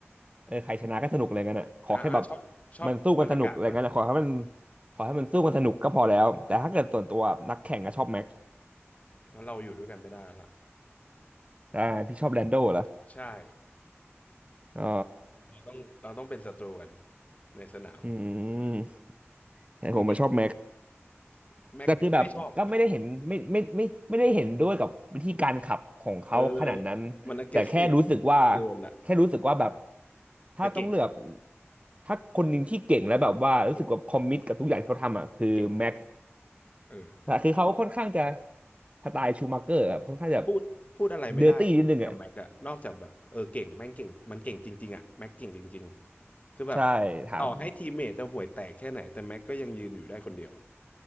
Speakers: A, on the right (about 30°); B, on the left (about 30°).
A: เออใครชนะก็สนุกอะไรเงี้ยน่ะขอแค่แบบ
B: อ่าอ่าชอบชอบบรรยากาศมัน
A: มันสู้กันสนุกอะไรเงี้ยน่ะขอให้มันขอให้มันสู้กันสนุกก็พอแล้วแต่ถ้าเกิดส่วนตัวนักแข่งก็ชอบแม็กซ์
B: แล้วเราอยู่ด้วยกันไม่ได้ละ
A: อ่าพี่ชอบแลนโดเหรอ
B: ใช่
A: อ๋อ
B: เราต้องเราต้องเป็นศัตรูกันในสนาม
A: อืมแต่ผมมาชอบแม็ก
B: จริงๆแม็กไม่ชอบ
A: แต่คือแบบก็ไม่ได้เห็นไม่ไม่ไม่ไม่ได้เห็นด้วยกับวิธีการขับของเขาขนาดนั้น
B: เออมัน aggressive
A: แต่แค่รู้สึกว่า
B: เกินอะ
A: แค่รู้สึกว่าแบบถ้าต้องเลือก
B: แต่เก่ง
A: ถ้าคนหนึ่งที่เก่งแล้วแบบว่ารู้สึกว่าคอมมิตกับทุกอย่างที่เขาทำอ่ะคือแม็ก
B: เก่งเก่งเออ
A: แต่คือเขาค่อนข้างจะสไตล์ชูมัเกอร์อะค่อนข้างจะ
B: พูดพูดอะไรไม่ได้อะกับแม็กอะนอกจากแบบเออเก่งแม่งเก่งมันเก่งจริงๆอะแม็กเก่งจริงๆคือแบบ
A: เดอร์ตี้นิดนึงอ่ะใช่ถาม
B: ต่อให้ทีมเมทจะห่วยแตกแค่ไหนแต่แม็กก็ยังยืนอยู่ได้คนเดียวอะ